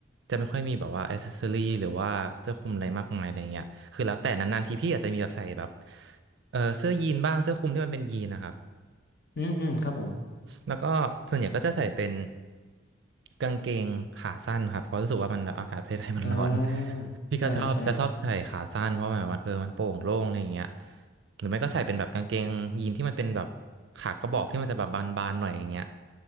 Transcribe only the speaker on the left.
อืมอืมครับผม
อ่าเออใช่